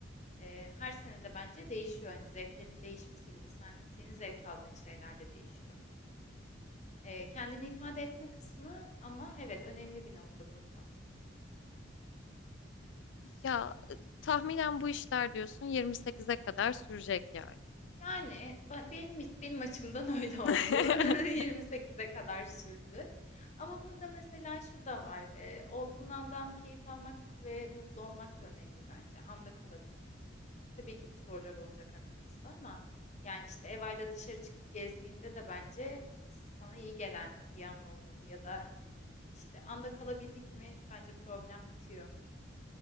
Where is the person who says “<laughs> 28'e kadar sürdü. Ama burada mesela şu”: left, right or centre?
Left